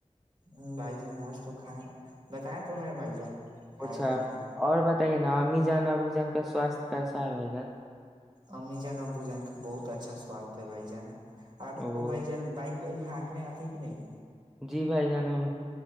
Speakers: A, on the right; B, in the centre.
A: ہ بھائی جان آج تو کھائےیں بتائے تو ہے بھائی جان کھائے
B: اچھا
A: کیا کیا
B: اور بتائیے نا نام ہی جان ا بو جان کا سوستھ کیسا ہے بھ جان
A: اممی جان ابو جان کہ بہت اچھا سواست ہے بائی جان آپ
B: او
A: کو بھائی جان بائک وہئی <unintelligible>
B: جی بھائی جان ہم